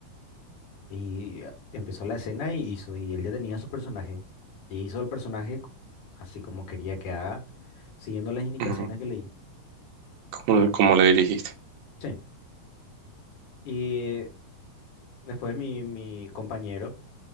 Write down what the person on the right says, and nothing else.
ujú.
¿Cómo, cómo le dirigiste?